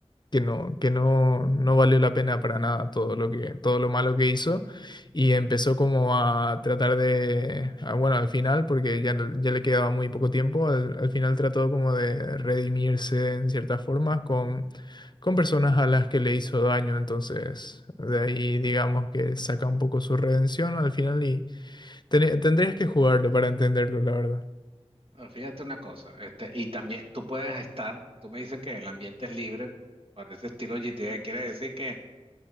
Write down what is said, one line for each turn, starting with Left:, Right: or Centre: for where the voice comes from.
Left: que no, que no, no valió la pena para nada todo lo que, todo lo malo que hizo. Y empezó como a tratar de, ah, bueno, al final, porque ya, no- ya le quedaba muy poco tiempo, al, al final trató como de redimirse en ciertas formas con personas a las que le hizo daño, entonces de ahí digamos que saca un poco su redención al final y ten- tendrías que jugarlo para entenderlo, la verdad.
Right: Ah, Fíjate una cosa, este, y también tú puedes estar, tú me dices que el ambiente es libre, para ese estilo GTA, quiere decir que